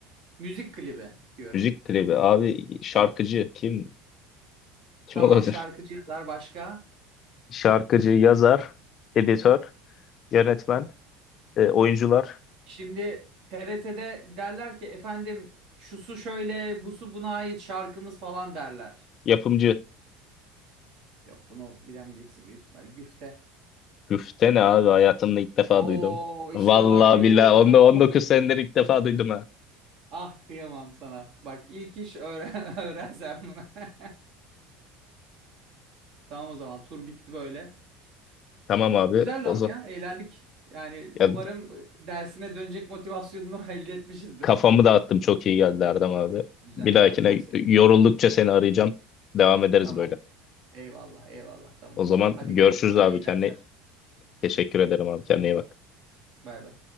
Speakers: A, on the right (about 55°); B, on the left (about 35°).
A: müzik klibi diyorum.
B: müzik klibi. Abi şarkıcı
A: Heh,
B: kim? Kim
A: Tamam
B: olabilir?
A: şarkıcı yazar başka.
B: <laughs> Şarkıcı, yazar, editör, yönetmen, e, oyuncular,
A: Şimdi TRT'de derler ki efendim şusu şöyle busu buna ait şarkımız falan derler.
B: yapımcı.
A: Yok bunu bilemeyeceksin büyük ihtimal güfte.
B: Güfte ne abi hayatımda ilk defa
A: Oo
B: duydum.
A: işte
B: Vallahi
A: bak görüyor
B: billahi
A: musun?
B: on- 19
A: <laughs>
B: senedir ilk defa duydum ha.
A: Ah kıyamam sana. Bak ilk iş öğren <laughs> öğrensem bunu. <laughs> Tamam o zaman tur bitti böyle.
B: Tamam abi
A: Güzeldi
B: o
A: ama
B: zaman.
A: ya eğlendik. Yani
B: Ya
A: umarım dersine dönecek motivasyonunu <laughs> elde etmişizdir.
B: Kafamı dağıttım. Çok iyi geldi Erdem abi.
A: Güzel
B: Bir
A: güzel
B: dahakine
A: çok sevindim.
B: yoruldukça seni arayacağım. Devam ederiz
A: Tamam.
B: böyle.
A: Eyvallah eyvallah tamam
B: O zaman
A: o zaman. Hadi
B: görüşürüz
A: görüşürüz sana
B: abi.
A: iyi
B: Kendine
A: dersler.
B: teşekkür ederim abi. Kendine iyi bak.
A: Bay bay.